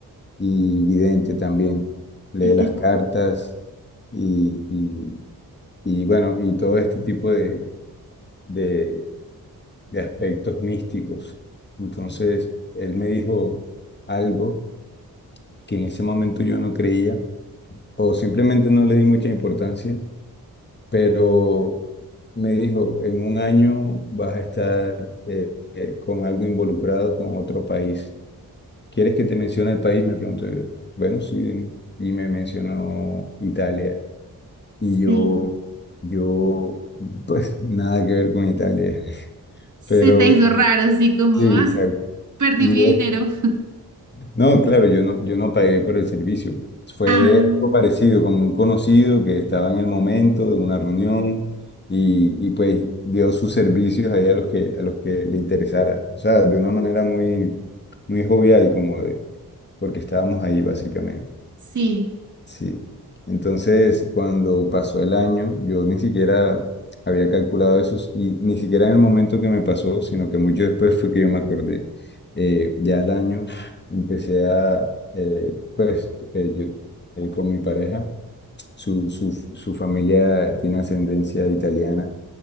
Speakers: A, on the left; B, on the right.
A: y vidente también. Lee
B: Y que
A: las cartas y, y, y bueno, y todo este tipo de de, de aspectos místicos. Entonces, él me dijo algo que en ese momento yo no creía o simplemente no le di mucha importancia, pero me dijo, en un año vas a estar eh, eh, con algo involucrado con otro país. ¿Quieres que te mencione el país? Me preguntó yo. Bueno, sí, dime. y me mencionó Italia. Y
B: sí,
A: yo, yo, pues <laughs> nada que ver con Italia, <laughs>
B: se
A: pero
B: te hizo raro, así como,
A: sí, exacto.
B: ah, perdí
A: Y
B: mi dinero.
A: No, claro, yo no, yo no pagué por el servicio. Fue
B: Ah,
A: algo parecido, como un conocido que estaba en el momento de una reunión y, y pues dio sus servicios ahí a los que, a los que le interesara. O sea, de una manera muy, muy jovial, como de, porque estábamos ahí básicamente.
B: sí.
A: Sí. Entonces, cuando pasó el año, yo ni siquiera había calculado eso y ni siquiera en el momento que me pasó, sino que mucho después fue que yo me acordé. Eh, ya el año empecé a, eh, pues, eh, yo eh, con mi pareja, su, su, su familia tiene ascendencia italiana